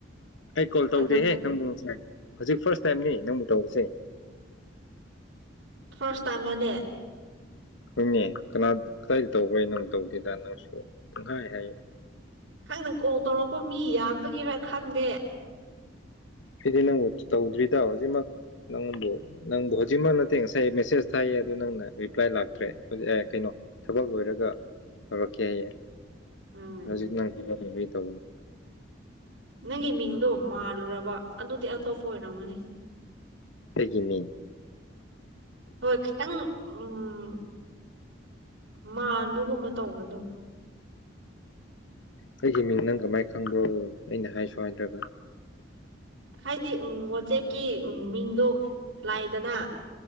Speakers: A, on the left; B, on the right.
A: ꯑꯩ ꯀꯣꯜ ꯇꯧꯗꯦꯍꯦ
B: ꯑꯗꯨꯒ
A: ꯅꯪꯕꯨꯅꯨꯡꯁꯥꯏ ꯍꯧꯖꯤꯛ ꯐꯥꯔꯁ ꯇꯥꯏꯝꯅꯤ ꯅꯪꯕꯨ ꯇꯧꯕꯁꯦ
B: ꯐꯥꯔꯁ ꯇꯥꯝ ꯑꯅꯦ
A: ꯅꯪꯅꯦ ꯀꯅꯥ ꯀꯗꯥꯏꯗ ꯇꯧꯕ꯭ꯔꯦ ꯅꯪ ꯇꯧꯗꯦꯗ ꯅꯪꯁꯨ ꯄꯨꯡꯈꯥꯏ ꯍꯥꯏ
B: ꯅꯪꯅ ꯀꯣꯜ ꯇꯧꯔꯛꯄ ꯃꯤ ꯌꯥꯝꯕꯒꯤꯔ ꯈꯪꯗꯦ
A: ꯁꯤꯗꯤ ꯅꯪꯕꯨ ꯇꯧꯗ꯭ꯔꯤꯗ ꯍꯧꯖꯤꯛꯃꯛ ꯅꯪꯕꯨ ꯅꯪꯕꯨ ꯍꯧꯖꯤꯛꯃꯛ ꯅꯠꯇꯦ ꯉꯁꯥꯏ ꯃꯦꯁꯦꯁ ꯊꯥꯏꯌꯦ ꯑꯗꯨ ꯅꯪꯅ ꯔꯤꯄ꯭ꯂꯥꯏ ꯂꯥꯛꯇ꯭ꯔꯦ ꯀꯩꯅꯣ ꯊꯕꯛ ꯂꯣꯏꯔꯒ ꯇꯧꯔꯛꯀꯦ ꯍꯥꯏꯌꯦꯦ
B: ꯎꯝ
A: ꯍꯧꯖꯤꯛꯅꯥꯪ ꯈꯕꯔ ꯊ
B: ꯅꯪꯒꯤ ꯃꯤꯡꯗꯣ ꯃꯥꯜꯂꯨꯔꯕ ꯑꯗꯨꯗꯤ ꯑꯇꯣꯞꯄ ꯑꯣꯏꯔꯝꯒꯅꯤ
A: ꯂꯩꯒꯤꯅꯤ
B: ꯍꯣꯏ ꯈꯤꯇꯪ ꯎꯝ ꯃꯥꯟꯕꯒꯨꯝꯕ ꯇꯧꯕꯗꯣ
A: ꯑꯩꯒꯤ ꯃꯤꯡ ꯅꯪ ꯀꯃꯥꯏꯅ ꯈꯪꯕꯣ ꯑꯩꯅ ꯍꯥꯏꯁꯨ ꯍꯥꯏꯗ꯭ꯔꯒ
B: ꯍꯥꯏꯗꯤ ꯋꯥꯆꯦꯞꯀꯤ ꯃꯤꯡꯗꯣ ꯂꯥꯏꯗꯅ